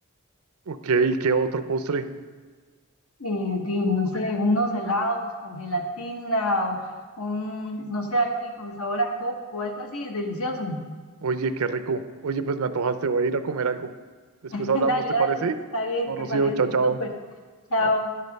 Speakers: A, on the right; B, on the left.
A: Ok, ¿y qué otro postre?
B: Y, di, no sé, unos helados con gelatina o un, no sé, algo ahí con sabor a coco, algo así, delicioso.
A: Oye, qué rico. Oye, pues me antojaste, voy a ir a comer algo. Después
B: <laughs>
A: hablamos,
B: Dale,
A: ¿te
B: dale,
A: parece?
B: está bien,
A: Chao,
B: te
A: Rocío,
B: parece,
A: chao, chao.
B: súper. Chao.
A: Chao.